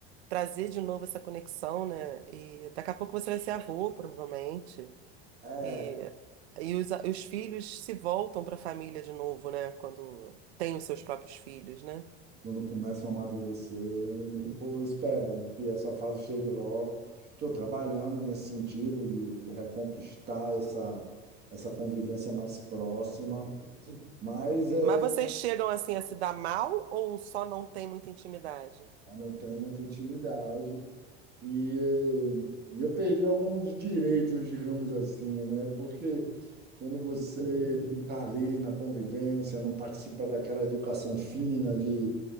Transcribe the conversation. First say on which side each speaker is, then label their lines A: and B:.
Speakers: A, on the right; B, on the right.
A: trazer de novo essa conexão, né? E daqui a pouco você vai ser avô, provavelmente.
B: é,
A: E, e os, os filhos se voltam para a família de novo, né? Quando têm os seus próprios filhos, né?
B: quando começam a amadurecer, pô, esperam que essa fase chegue logo. Estou trabalhando nesse sentido de, de reconquistar essa, essa convivência mais próxima, mas é,
A: Mas vocês chegam assim a se dar mal ou só não tem muita intimidade?
B: eu não tenho muita intimidade. E, eh, eu perdi alguns direitos, digamos assim, né? Porque quando você não está ali na convivência, não participa daquela educação fina de,